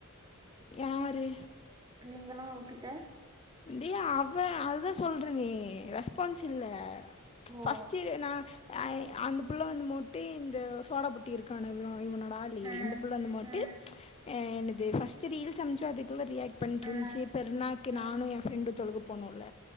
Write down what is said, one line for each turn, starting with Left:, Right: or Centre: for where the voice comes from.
Left: யாரு
Right: இங்களா அவ கிட்ட
Left: டி அவ அதுதா சொல்றனே ரெஸ்பான்சில்ல ஃபஸ்ட்டு
Right: ஓ
Left: நா அ அந்த புள்ள வந்து மோட்டு இந்த சோடா புட்டி இருக்கானுங் இவனோடா ஆளு
Right: ஆ
Left: இந்த புள்ள வந்து மோட்டு
Right: ஆ
Left: அ என்னது ஃபஸ்ட்டு ரீல்ஸம்ச்சா அதுக் கெல்ல் ரியாக்ட் பண்ட்ருன்ச்சு
Right: ஆ
Left: பெர்நாக்கு
Right: ஆ
Left: நானு என் ஃப்ரெண்டு தொழுக போனோல்ல